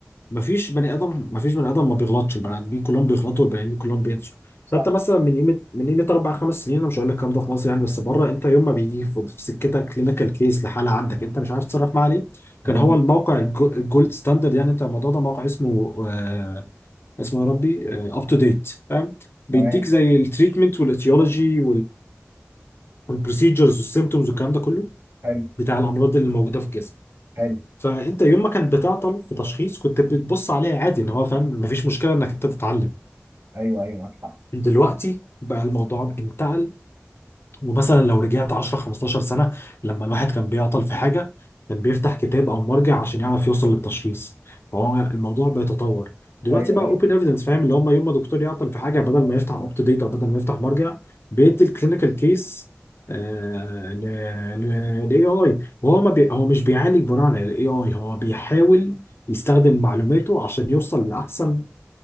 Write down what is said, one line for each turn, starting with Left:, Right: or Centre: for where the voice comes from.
Left: مفيش بني ادم مفيش بني ادم ما بيغلطش البني ادمين كلهم بيغلطوا والبني ادمين كلهم بينسوا
Right: صح
Left: فانت مثلا من قيمه من قيمه اربع خمس سنين انا مش هقول لك الكلام ده في مصر يعني بس بره انت يوم ما بيجي في في سكتك كلينيكال كيس لحاله عندك انت مش عارف تتصرف معاه ليه
Right: تمام
Left: كان هو الموقع الجو- الجولد ستاندرد يعني انت الموضوع ده موقع اسمه آه اسمه يا ربي اب تو ديت فاهم بيديك
Right: تمام
Left: زي التريتمنت والاتيولوجي والبروسيجرز والسيمتومز والكلام ده كله
Right: حلو
Left: بتاع الامراض اللي موجوده في الجسم
Right: حلو
Left: فانت يوم ما كانت بتعطل في تشخيص كنت بتبص عليها عادي ان هو فاهم مفيش مشكله انك انت تتعلم
Right: ايوه ايوه معاك حق
Left: دلوقتي بقى الموضوع انتقل ومثلا لو رجعت 10 15 سنة لما الواحد كان بيعطل في حاجة كان بيفتح كتاب أو مرجع عشان يعرف يوصل للتشخيص فهو الموضوع بيتطور دلوقتي
Right: ايوه
Left: بقى
Right: ده
Left: اوبن ايفيدنس فاهم اللي هم يوم ما دكتور يعطل في حاجة بدل ما يفتح اب تو ديت أو بدل ما يفتح مرجع بيدي الكلينيكال كيس للاي اي وهو ما بي... هو مش بيعالج بناء على الاي اي هو بيحاول يستخدم معلوماته عشان يوصل لأحسن